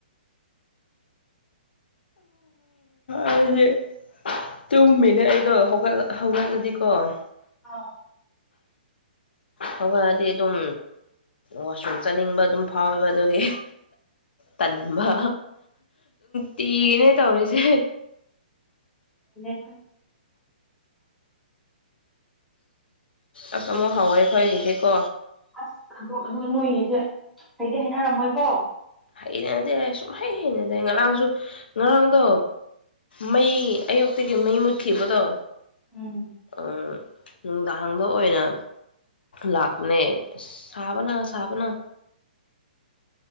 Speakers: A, on the left; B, in the centre.
A: ꯑꯩꯗꯤꯦꯇꯨꯝꯃꯤꯅꯦ ꯑꯩꯗꯣꯠ ꯍꯧꯒꯠꯂꯗꯤꯀꯣ ꯀꯣꯟ
B: ꯑꯥ
A: ꯍꯧꯒꯠꯂꯑꯗꯤ ꯑꯗꯨꯝ ꯋꯥꯁꯔꯨꯝ ꯆꯠꯅꯤꯡꯕ ꯑꯗꯨꯝ ꯐꯥꯎꯋꯦꯕ ꯑꯗꯨꯒꯤ ꯇꯟꯕ ꯇꯤꯒꯅꯦ ꯇꯧꯔꯤꯁꯦ
B: ꯂꯩꯇ
A: ꯑꯁ ꯑꯃꯨꯛ ꯍꯧꯥꯎꯋꯦꯈꯣꯏꯒꯤꯗꯤꯀꯣ
B: ꯑꯁ ꯑꯗꯣ ꯑ ꯅꯣꯏꯒꯤꯁꯦ ꯍꯩꯗꯤ ꯍꯥꯏꯅꯔꯝꯃꯣꯏꯀꯣ
A: ꯍꯩꯅꯗꯦ ꯁꯨꯝ ꯍꯩ ꯍꯩꯅꯗꯦ ꯉꯔꯥꯡꯁꯨ ꯉꯔꯥꯡꯗꯣ ꯃꯩ ꯑꯌꯨꯛꯇꯤꯒꯤ ꯃꯩ ꯃꯨꯠꯈꯤꯕꯗꯣ
B: ꯎꯝ
A: ꯎꯝ ꯅꯨꯡꯗꯥꯡꯗ ꯑꯣꯏꯅ ꯂꯥꯛꯄꯅꯦ ꯑ ꯁꯥꯕꯅ ꯁꯥꯕꯅ